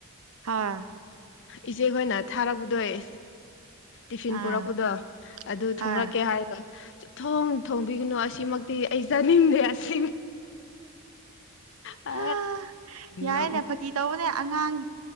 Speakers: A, on the right; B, on the left.
A: ꯍꯥꯥ
B: ꯏꯆꯦꯈꯣꯏꯅ ꯊꯥꯔꯛꯄꯗꯣꯏ ꯇꯤꯐꯤꯟ
A: ꯑꯥ
B: ꯄꯨꯔꯛꯄꯗꯣ ꯑꯗꯨ
A: ꯍꯥ
B: ꯊꯣꯡꯂꯛꯀꯦ ꯍꯥꯏꯔꯒ ꯊꯣꯡ ꯊꯣꯡꯕꯤꯒꯅꯨ ꯑꯁꯤꯃꯛꯇꯤ ꯑꯩ ꯆꯥꯅꯤꯡꯗꯦ ꯑꯁꯤ ꯑ
A: ꯍꯥ ꯌꯥꯏꯅꯦ
B: ꯅ
A: ꯐꯥꯒꯤ ꯇꯧꯕꯅꯦ ꯑꯉꯥꯡ